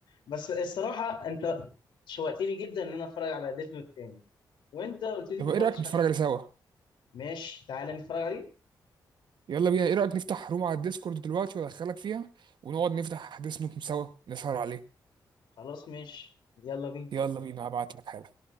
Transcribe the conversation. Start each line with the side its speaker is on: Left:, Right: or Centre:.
Left: بس الصراحه انت شوقتني جدا ان انا اتفرج على ديث نوت تاني وانت قلت لي
Right: طب
Left: انت ما
Right: ايه
Left: اتفرجتش
Right: رايك نتفرج
Left: عليه
Right: عليه سوا
Left: ماشي تعالى نتفرج عليه
Right: يلا بينا ايه رايك نفتح روم على الديسكورد دلوقتي وادخلك فيها ونقعد نفتح ديس نوت سوا نسهر عليه
Left: خلاص ماشي يلا بينا
Right: يلا بينا هبعت لك حالا